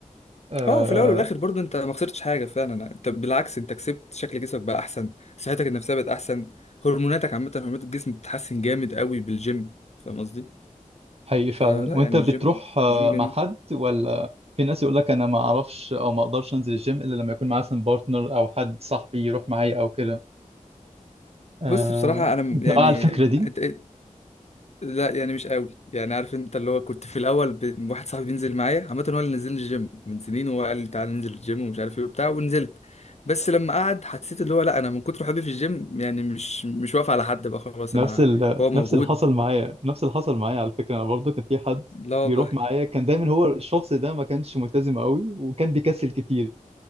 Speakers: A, on the right; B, on the left.
A: آه،
B: اه في الاول والاخر برضه انت ما خسرتش حاجه فعلا انت بالعكس انت كسبت شكل جسمك بقى احسن صحتك النفسيه بقت احسن هرموناتك عامه هرمونات الجسم بتتحسن جامد قوي بالجيم فاهم قصدي
A: حقيقي
B: فلا
A: فعلا وانت
B: يعني
A: بتروح
B: الجيم
A: آه،
B: الجيم جميل
A: مع حد ولا في ناس يقول لك انا ما اعرفش او ما اقدرش انزل الجيم الا لما يكون معايا مثلا بارتنر او حد صاحبي يروح معايا او كده آه،
B: بص بصراحة أنا م-
A: انت
B: يعني
A: مع الفكره
B: أنت
A: دي
B: إنت- لا يعني مش قوي يعني عارف أنت اللي هو كنت في الأول ب... واحد صاحبي بينزل معايا عامة هو اللي نزل الجيم من سنين وهو قال لي تعالى ننزل الجيم ومش عارف إيه وبتاع ونزلت بس لما قعد حسيت اللي هو لا أنا من كتر حبي في الجيم يعني مش مش واقف على حد بقى خلاص
A: نفس
B: أنا
A: ال...
B: هو موجود
A: نفس اللي حصل معايا نفس اللي حصل معايا على فكره انا برضو كان في حد
B: لا والله
A: بيروح معايا كان دايما هو الشخص ده ما كانش ملتزم قوي وكان بيكسل كتير